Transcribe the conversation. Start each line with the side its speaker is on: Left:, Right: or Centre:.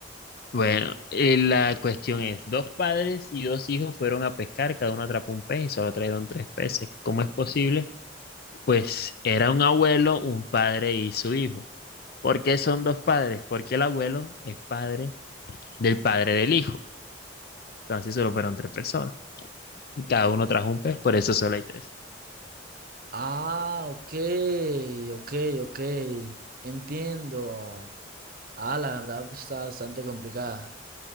Left: Bueno, eh, la cuestión es, dos padres y dos hijos fueron a pescar, cada uno atrapó un pez y solo trajeron tres peces. ¿Cómo es posible? Pues era un abuelo, un padre y su hijo. ¿Por qué son dos padres? Porque el abuelo es padre del padre del hijo. Entonces solo fueron tres personas y cada uno trajo un pez, por eso solo hay tres.
Right: Ah, ok, ok, ok. Entiendo. Ah, la verdad pues, está bastante complicada.